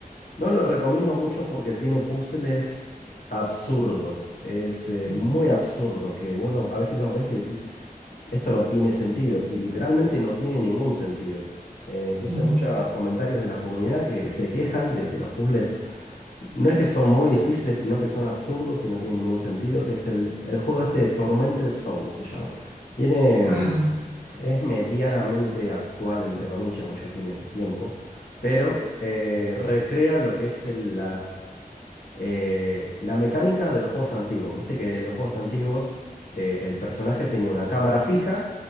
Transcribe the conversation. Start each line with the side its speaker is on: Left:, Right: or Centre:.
Left: no lo recomiendo mucho porque tiene puzzles absurdos, es eh,
Right: Ujú.
Left: muy absurdos, que vos lo- a veces los ves y decís, esto no tiene sentido, y literalmente no tiene ningún sentido. Eh, incluso
Right: Mm.
Left: hay muchos comentarios de la comunidad que se quejan de que los puzzles no es que son muy difíciles, sino que son absurdos y no tienen ningún sentido, que es el, el juego este de Tormented Souls se llama. Tiene,
Right: Ajá.
Left: mm, es medianamente actual, entre comillas, pues ya tiene su tiempo, pero eh, recrea lo que es el, eh, la mecánica de los juegos antiguos. Viste que en los juegos antiguos eh, el personaje tenía una cámara fija